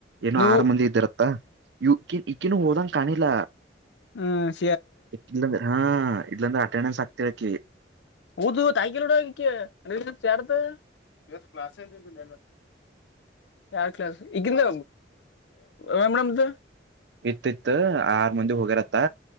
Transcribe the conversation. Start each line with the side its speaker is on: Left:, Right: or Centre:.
Right: ಏನೋ
Left: ನೀವು
Right: ಆರು ಮಂದಿ ಇದ್ದಿರತ್ತಾ ಯ ಇಕ್ಕಿನು ಹೋದಂಗ ಕಾಣಿಲ್ಲ
Left: ಹ್ಮ
Right: ಇಲ್ಲಾಂದ್ರೆ ಹಾ ಇಲ್ಲಾಂದ್ರೆ ಅಟೆಂಡೆನ್ಸ್ ಆಕ್ತಿರಕಿ
Left: ಊದು ತಾಯಕೀಲೋಡ ಸೇಾರದು ಇವತ್ತು ಕ್ಲಾಸ್ ಎ್ದ ಯಾರ್ ಕ್ಲಾಸ್ ಈಗಿಂದ ಮೇಡಮ್ದ
Right: ಇತ್ತ ಇತ್ತು ಆರ್ ಮಂದಿ ಹೋಗ್ಯರತ್ತ